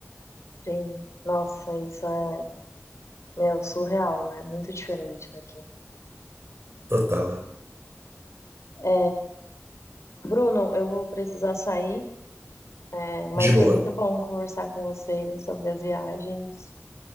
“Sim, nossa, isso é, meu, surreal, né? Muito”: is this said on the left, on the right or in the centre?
Left